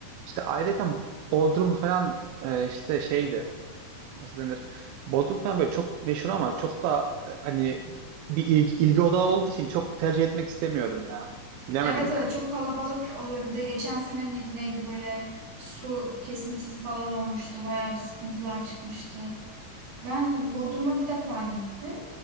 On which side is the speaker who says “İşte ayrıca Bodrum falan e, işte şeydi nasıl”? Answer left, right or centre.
Right